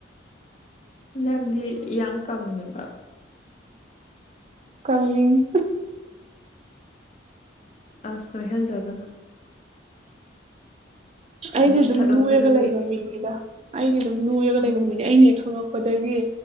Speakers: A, on the left; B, on the right.
A: ꯅꯪꯗꯤ ꯏꯌꯥꯡ ꯀꯪꯉꯕ
B: ꯀꯪꯅꯤ
A: ꯑꯁ ꯅꯍꯖꯒꯜ
B: ꯑꯩꯗꯤ
A: ꯅꯣꯏꯈꯠꯂꯛꯄꯗꯒꯤ
B: ꯑꯗꯨꯝ ꯂꯣꯏꯔꯒ ꯂꯩꯕ ꯃꯤꯒꯤꯗ ꯑꯩꯗꯤ ꯑꯗꯨꯝ ꯅꯣꯏꯔꯒ
A: ꯎꯝ
B: ꯂꯩꯕ ꯃꯤꯅꯦ ꯑꯩꯅ ꯍꯦꯛ ꯈꯪꯉꯛꯄꯗꯒꯤ